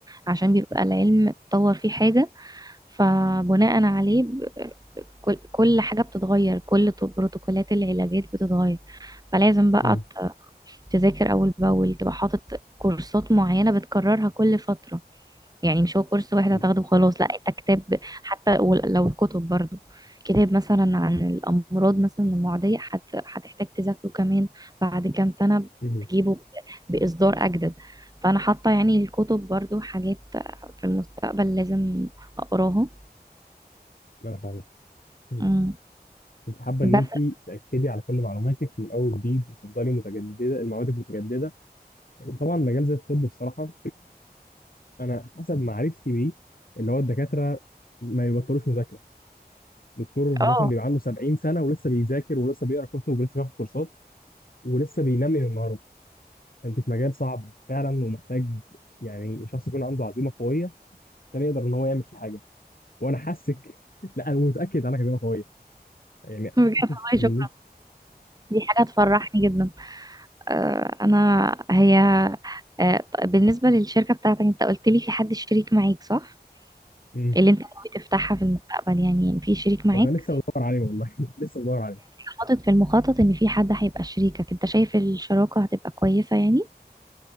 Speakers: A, on the right (about 20°); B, on the left (about 60°).
A: عشان بيبقى العلم اتطور فيه حاجة فبناء عليه كل كل حاجة بتتغير كل ط- بروتوكولات العلاجات بتتغير فلازم بقى
B: مم.
A: ت- تذاكر أول بأول تبقى حاطط كورسات معينة بتكررها كل فترة يعني مش هو كورس واحد
B: فاهم-
A: هتاخده وخلاص لا انت كتاب حتى ول- لو الكتب برضو كتاب مثلا عن الأمراض مثلا المعدية هت- هتحتاج تذاكره كمان بعد كام سنة
B: مم.
A: تجيبه بإصدار أجدد فأنا حاطة يعني الكتب برضو حاجات في المستقبل لازم أقراها
B: انا فاهمك مم.
A: مم.
B: انت حابه ان
A: بس
B: انت تاكدي على كل معلوماتك من اول وجديد وتفضلي متجدده المعلومات متجدده طبعا مجال زي الطب بصراحه انا حسب معرفتي بيه اللي هو الدكاتره ما يبطلوش مذاكره دكتور مثلا
A: اه
B: بيبقى عنده 70 سنه ولسه بيذاكر ولسه بيقرا كتب ولسه بياخد كورسات ولسه بينمي من مهاراته فانت في مجال صعب فعلا ومحتاج يعني شخص يكون عنده عزيمه قويه عشان يقدر ان هو يعمل فيه حاجه وانا حاسك <laughs> لا انا متاكد عنك عزيمه قويه يعني
A: بجد
B: حاسس
A: والله
B: ان
A: شكرا دي حاجة تفرحني جدا آه، أنا هي آه، بالنسبة للشركة بتاعتك أنت قلت لي في حد شريك معاك صح؟
B: امم
A: اللي أنت بتفتحها في المستقبل يعني يعني في شريك معاك
B: وانا لسه بدور عليه والله <laughs> لسه بدور عليه
A: حاطط في المخطط إن في حد هيبقى شريكك أنت شايف الشراكة هتبقى كويسة يعني؟